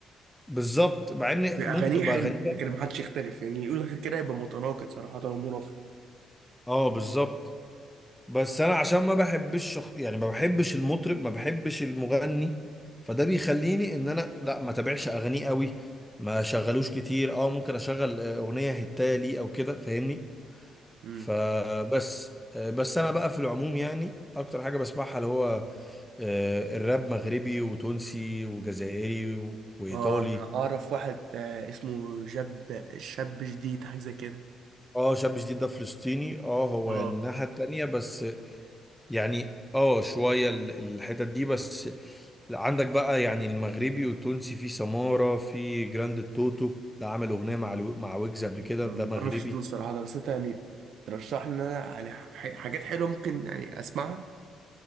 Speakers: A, in the centre; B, on the right.
A: بالظبط مع ان
B: في اغانيه
A: ممكن تبقى
B: حلوه
A: غريبه
B: كده كده ما حدش يختلف يعني يقول غير كده يبقى متناقض صراحه ومنافق
A: اه بالظبط بس انا عشان ما بحبش شخ... يعني ما بحبش المطرب ما بحبش المغني فده بيخليني ان انا لا ما تابعش اغانيه قوي ما شغلوش كتير اه ممكن اشغل آه، اغنيه هتايه لي او كده فاهمني
B: امم
A: فبس آه، بس انا بقى في العموم يعني اكتر حاجه بسمعها اللي هو آه، الراب مغربي وتونسي وجزائري و- وايطالي
B: اه انا اعرف واحد آه، اسمه جاب شاب جديد حاجه زي كده
A: اه شاب جديد ده فلسطيني اه هو
B: اه
A: يعني الناحية التانية بس يعني اه شوية ال- الحتت دي بس عندك بقى يعني المغربي والتونسي في سمارة في جراند التوتو ده عمل أغنية مع الو- مع ويجز قبل كده
B: انا
A: ده
B: ما
A: مغربي
B: اعرفش دول صراحه ده بس انت يعني ترشح لي ان انا يعني ح- حاجات حلوه ممكن يعني اسمعها